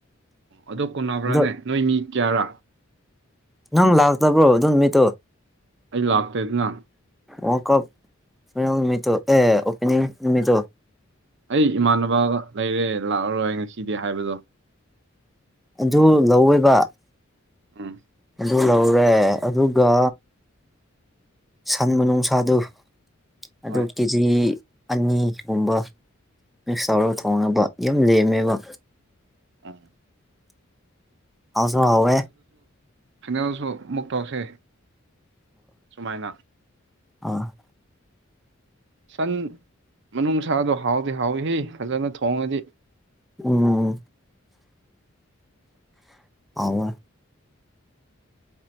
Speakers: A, on the right; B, in the centre.
A: ꯑꯣ ꯑ ꯀꯣꯟꯅꯕ꯭ꯔꯥꯅꯦ
B: ꯑꯗꯣ
A: ꯅꯣꯏ ꯃꯤ ꯀꯌꯥꯔꯥ
B: ꯅꯪ ꯂꯥꯛꯇꯕ꯭ꯔꯣ ꯑꯗꯨꯝꯃꯤꯇꯣ
A: ꯑꯩ ꯂꯥꯛꯇꯦꯗꯅ
B: ꯋꯥ ꯀ ꯅꯨꯃꯤ ꯑꯦ ꯑꯣꯄꯦꯅꯤꯡ ꯅꯨꯃꯤꯠꯇꯣ
A: ꯑꯩ ꯏꯃꯥꯟꯅꯕꯒ ꯂꯩꯔꯦ ꯂꯥꯛꯑꯔꯣꯏ ꯉꯁꯤꯗꯤ ꯍꯥꯏꯕꯗꯣ
B: ꯑꯗꯨ ꯂꯧꯋꯣꯏꯕ
A: ꯑꯝ
B: ꯑꯗꯨ ꯂꯧꯔꯦ ꯑꯗꯨꯒ ꯁꯟ ꯅꯨꯡꯁꯥꯗꯨ ꯑꯗꯨ
A: ꯍꯣꯏ
B: ꯀꯦꯖꯤ ꯑꯅꯤꯒꯨꯝꯕ ꯃꯤꯛꯁ ꯇꯧꯔꯒ
A: ꯎꯝ
B: ꯊꯣꯡꯉꯅꯕ ꯌꯥꯝ ꯂꯦꯝꯃꯦꯕ
A: ꯑꯥ
B: ꯍꯥꯎꯁꯨꯣ ꯍꯋꯦ
A: ꯐꯥꯏꯅꯦꯜꯁꯨ ꯑꯃꯨꯛ ꯇꯧꯁꯦ ꯁꯨꯃꯥꯏꯅ
B: ꯑ
A: ꯁꯟ ꯃꯅꯨꯡꯁꯥꯗꯣ ꯍꯥꯎꯗꯤ ꯍꯥꯎꯏ ꯍ ꯐꯖꯅ ꯊꯣꯡꯉꯗꯤ
B: ꯎꯝ ꯑꯋꯥ